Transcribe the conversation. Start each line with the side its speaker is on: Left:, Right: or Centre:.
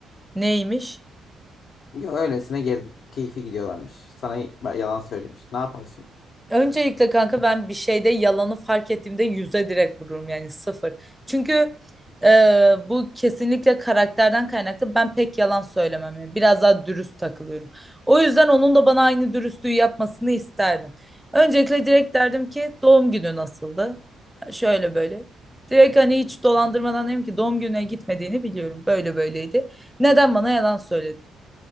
Centre: Neymiş?
Left: Yo, öylesine gezmek keyfi gidiyorlarmış. Sana y- yalan söylemiş. Ne yaparsın?
Centre: Öncelikle kanka ben bir şeyde yalanı fark ettiğimde yüze direkt vururum yani sıfır. Çünkü e, bu kesinlikle karakterden kaynaklı. Ben pek yalan söylemem yani. Biraz daha dürüst takılıyorum. O yüzden onun da bana aynı dürüstlüğü yapmasını isterdim. Öncelikle direkt derdim ki doğum günü nasıldı? Şöyle böyle. Direkt hani hiç dolandırmadan dedim ki doğum gününe gitmediğini biliyorum. Böyle böyleydi. Neden bana yalan söyledin?